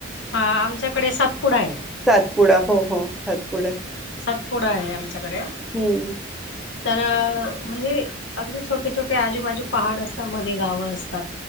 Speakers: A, on the left; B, in the centre.
A: हा आमच्याकडे सातपुडा आहे.
B: सातपुडा हो हो सातपुडा.
A: सातपुडा आहे आमच्याकडे
B: हम्म.
A: तर म्हणजे अगदी छोटे छोटे आजूबाजू पहाड असतात मध्ये गावं असतात